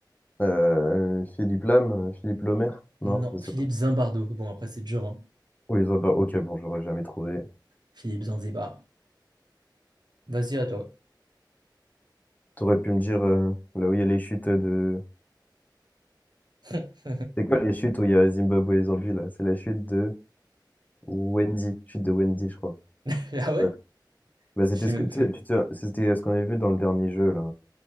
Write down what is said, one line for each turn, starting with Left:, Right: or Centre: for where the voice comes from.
Left: euh, Philippe Lam, euh, Philippe Lomer Non,
Right: Non,
Left: je sais
Right: Philippe
Left: pas.
Right: Zimbardo. Bon, après, c'est dur, hein.
Left: Oui, ça va. Ok, bon, j'aurais jamais trouvé.
Right: Philippe Zanzibar. Vas-y, à toi.
Left: T'aurais pu me dire euh, là où il y a les chutes de.
Right: <laughs>
Left: C'est quoi les chutes où il y a Zimbabwe et Zambie, là? C'est la chute de Wendy. Chute de Wendy, je crois.
Right: Ah ouais?
Left: Ouais. Bah, c'était
Right: Je sais
Left: ce
Right: même
Left: que, tu
Right: plus.
Left: sais, tu te- c'était ce qu'on avait vu dans le dernier jeu, là.